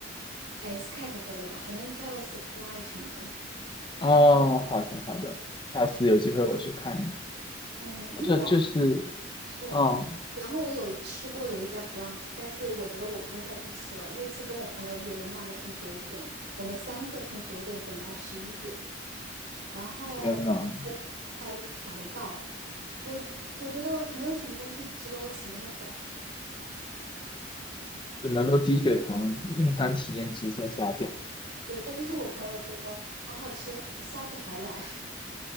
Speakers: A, on the right; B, on the left.
A: S 开头的吧，好像叫 Supply 什么的。
B: <laughs> 哦，好的好的，下次有机会我去看一看。
A: 嗯，
B: 或者就是，
A: 那家还不错。
B: 嗯，
A: 然后我有一吃过有一家 brunch，但是我觉得我不会再去吃了。那次跟我朋友约，我们两个从九点，我们三个从九点等到十一点，然后
B: 天呐！
A: 才才排到。我我觉得没有什么东西值得我起那么早。
B: 只能都低血糖，用餐体验直线下降，
A: 对，但是我朋友说好好吃，我下次还来。